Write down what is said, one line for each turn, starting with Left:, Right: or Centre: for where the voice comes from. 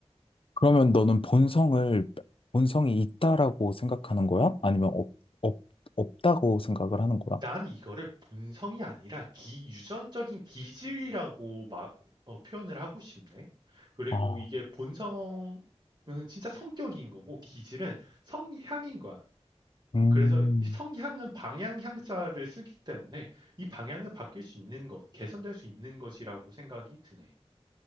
Left: 그러면 너는 본성을, 본성이 있다라고 생각하는 거야? 아니면 없, 없, 없다고 생각을 하는 거야?
Right: 난 이거를 본성이 아니라 기, 유전적인 기질이라고 마- 어, 표현을 하고 싶네. 그리고
Left: 아,
Right: 이게 본성은 진짜 성격인 거고 기질은 성향인 거야.
Left: 음.
Right: 그래서 이 성향은 방향 향자를 쓰기 때문에 이 방향은 바뀔 수 있는 것, 개선될 수 있는 것이라고 생각이 드네.